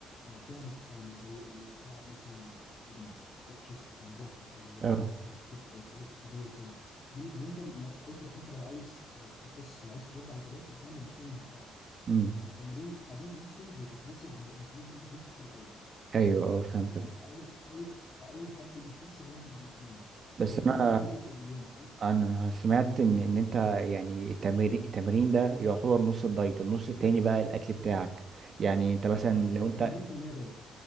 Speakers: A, on the left; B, on the right.
A: آه، فيها مقاومه زي ال- تلعب مثلا تحديد سواء شيست او ظهر او
B: اه
A: آه، او كتف وحاجات زي كده دي اللي انت ما- على فكره انت لو عايز آه، تخس وعايز تربي عضلات بتعمل الاثنين مع بعض
B: امم
A: لان تمارين الحديد نفسه بي- بتنزل عضل بتنزل دهون كتير قوي
B: ايوه اه فهمت
A: ف- فاي ح- اي فاي حد بيخس بيعمل الاثنين
B: بس
A: وبيبقى
B: انا
A: الكارديو جزء من يومك يعني انت
B: انا سمعت ان ان انت يعني التمرين التمرين ده يعتبر نص الدايت النص التاني بقى الاكل بتاعك يعني انت مثلا لو انت
A: 80% دايت